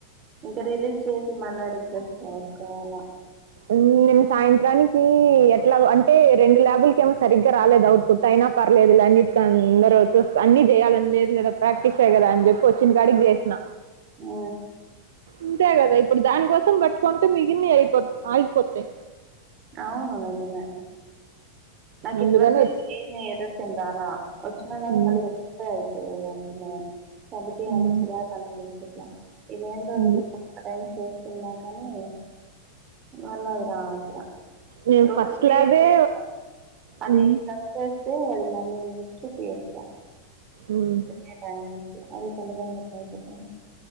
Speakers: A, on the right; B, on the right.
A: ఇంకా రిలీజ్ చేసి మళ్ళ రిఫ్రెష్ చేసుకోవాలా
B: నిన్న సాయంత్రానికి ఎట్లా అంటే రెండు ల్యాబుల్కి ఏమో సరిగ్గా రాలేదు అవుట్పుట్ అయినా పర్లేదు లే అన్నింటికి అందరు చూస్ అన్ని చేయాలని లేదు కదా ప్రాక్టీసే కదా అని చెప్ వచ్చిన కాడికి చేసిన
A: ఉ
B: ఇంతే కదా ఇప్పుడు దాని కోసం పట్టుకుంటే మిగిలిన్ని అయిపో ఆగిపోతాయి
A: అవును నిజమే నాకు
B: అందుకని
A: ఇంతవరకు అయితే
B: వద్
A: ఏమి ఎరర్స్ ఏం రాల వచ్చిన గాని
B: హ్మ్.
A: మళ్ళీ రెక్టిఫై అయిపోయయి వెంటనే సబటి
B: హ్మ్.
A: అంటే చిరాక్ అనిపించట్లా ఇది ఏంటో
B: హ్మ్.
A: ఇది ఆరేంజ్ చేస్తున్నా కానీ వాళ్ళ లాగా రావట్లే
B: నేను
A: లోపల
B: ఫస్ట్
A: క్ర్రియేట్
B: ల్యాబే
A: చేస్తున్న అది
B: హ్మ్.
A: <unintelligible> వస్తే అది మళ్ళీ చూపియట్ల
B: ఉమ్
A: యా అది తల నొప్పి తలకాయ నొప్పి అయిపోతంది